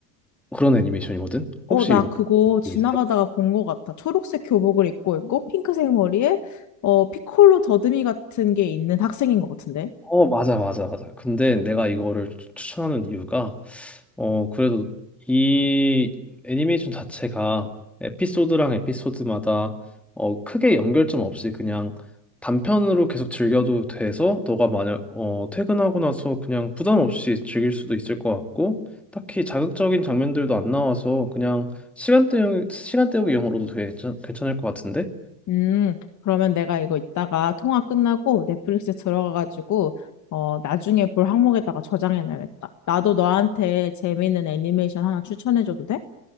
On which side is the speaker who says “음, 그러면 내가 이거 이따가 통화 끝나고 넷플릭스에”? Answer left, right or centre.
Left